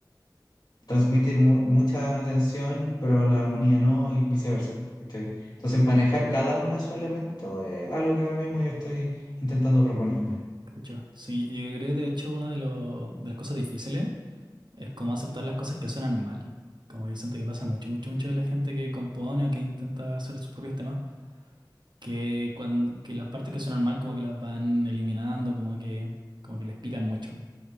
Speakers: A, on the left (about 65°); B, on the right (about 80°).
A: transmite mu- mucha tensión, pero la armonía no, y viceversa. po, ¿cachai? Entonces, manejar cada uno de esos elementos es algo que ahora mismo yo estoy intentando proponerme.
B: de hecho Sí, yo creo que de hecho una de, lo- de las cosas difíciles es como aceptar las cosas que suenan mal. Como que siento que pasa mucho, mucho, mucho de la gente que compone o que intenta hacer sus propios temas, que, cuando, que las partes que suenan mal como que las van eliminando, como que, como que les pican mucho.